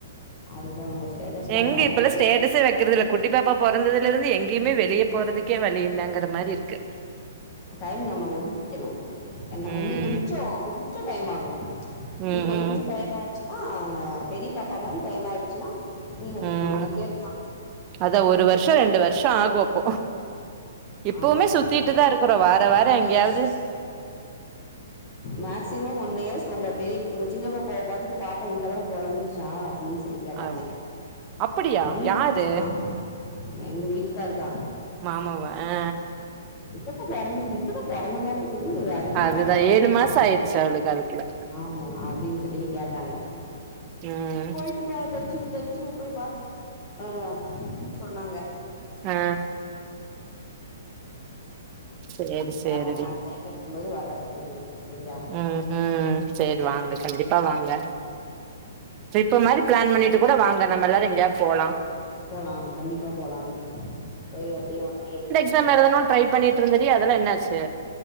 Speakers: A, on the left; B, on the right.
A: அதுல உங்க ஸ்டேட்டஸ்லா
B: எங்க
A: பாத்துட்டு
B: இப்பயெல்லா ஸ்டேட்டஸே வைக்கறதுயில்ல குட்டி பாப்பா பிறந்ததுல இருந்து எங்கேயுமே வெளிய போறதுக்கே வழி இல்லைங்கிற மாரி இருக்கு
A: டைம் நம்ம ஒதுக்கிக்கணு இன்னோ
B: ம்
A: கொஞ்சோ கொஞ்சோ டைம் ஆகு
B: ம்
A: இன்னோ கொஞ்சோ
B: ம்
A: டைம் ஆயிடுச்சுன்னா பெரிய பாப்பா மாரி டைம் ஆயிடுச்சுன்னா நீங்க
B: ம்
A: சுத்தி கிட்டே இருக்கலா
B: அதா ஒரு வருஷம் ரெண்டு வருஷம் ஆகு அப்போ இப்பவுமே
A: ஆமா
B: சுத்திட்டுதா
A: ஒரு வருஷம்
B: இருக்குறோ
A: மேக்ஸிமம்
B: வார வாரோ
A: ஒன்
B: எங்கேயாவது
A: இயர்ஸ் மேக்சிமம் ஒன் இயர்ஸ் உங்க பெரிய உங்க சின்னப்பப்பாவை பாத்துட்டு பாப்பா இந்த அளவுக்கு வளர்ந்துடுச்சா அப்டின்னு சொல்லி கேட்டாங்க
B: அப் அப்படியா
A: ஊருக்கு
B: யாரு
A: ஆமா எங்க வீட்டுக்காரு தா
B: மாமா வ ஆ
A: இப்ப பெறந்தது இப்பதா பெறந்த மாதிரி இருக் இல்லையே அதுக்குள்ள
B: அதுதா
A: பாப்பா வளந்துருச்சா
B: ஏழு மாசோ ஆயிருச்சு அவளுக்கு அதுக்குள்ள
A: ஆமா அப்டின்னு சொ ல்லி கேட்டாங்க
B: ம்
A: போயிட்டு வா தச்சு தச்சு போய் பாத்து ம் சொல்லுங்க
B: ஆ சேரி சேரிடி
A: வர்றேன் நா டைம் எடுக்கும்போது வர்றேன் தெரியு செரியா
B: ம் ம் சேரி வாங்க கண்டிப்பா வாங்க ட்ரிப் மாறி பிளான் பண்ணிட்டு கூட வாங்க நம்ம எல்லாரு எங்கேயாது போலா
A: போலாம் கண்டிப்பா போலாம் போய் அப்டியே ஒன் டே இருந்த
B: டீச்சர் மாறிலா ட்ரை பண்ணிட்டு இருந்தேடி அதெல்லா என்னாச்சு